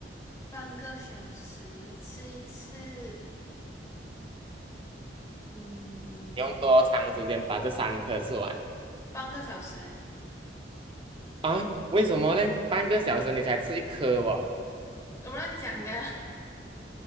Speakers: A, on the left; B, on the right.
A: 半个小时吃一次，嗯，
B: 用多长时间把这三颗吃完
A: 半个小时，
B: 啊？为什么呢？半个小时你才吃一颗哦。
A: 我乱讲的，